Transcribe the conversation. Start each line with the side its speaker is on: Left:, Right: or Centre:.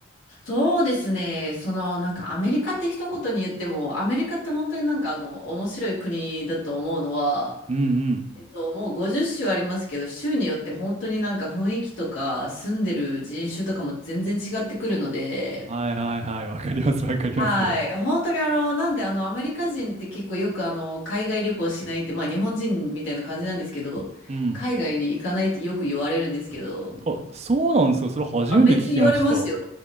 Left: そうですね。その、なんかアメリカって一言に言っても、アメリカって本当になんかあの、面白い国だと思うのは、
Right: うんうん。
Left: えっと、もう50州ありますけど、州によって本当になんか雰囲気とか、住んでる人種とかも全然違ってくるので、
Right: はいはいはい。わかりますわかります。
Left: はい。本当にあの、なんであの、アメリカ人って結構よくあの、海外旅行しないって、まあ日本人みたいな感じなんですけど、
Right: うん。
Left: 海外に行かないってよく言われるんですけど、
Right: あ、そうなんですか。それ初めて聞きました。
Left: あ、めっちゃ言われますよ。